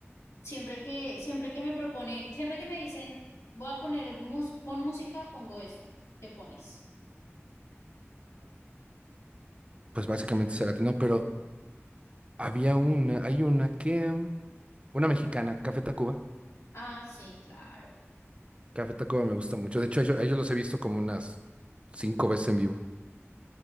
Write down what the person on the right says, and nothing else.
pues básicamente se latino, pero había una, hay una que, mm, una mexicana, Café Tacuba.
Café Tacuba me gusta mucho. De hecho, a ello- a ellos, los he visto como unas cinco veces en vivo.